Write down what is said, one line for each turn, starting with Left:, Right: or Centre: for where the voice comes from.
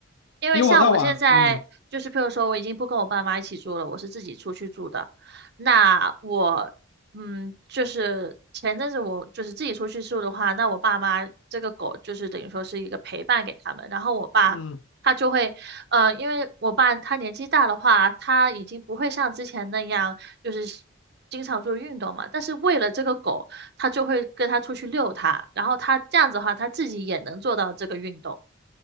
Right: 因为像我现在就是，
Left: 因为我在网，嗯
Right: 譬如说，我已经不跟我爸妈一起住了，我是自己出去住的。那我，嗯，就是前阵子我就是自己出去住的话，那我爸妈这个狗就是等于说是一个陪伴给他们。然后我爸他就会，
Left: 嗯
Right: 呃，因为我爸他年纪大的话，他已经不会像之前那样就是经常做运动嘛。但是为了这个狗，他就会跟他出去遛它，然后他这样子的话，他自己也能做到这个运动。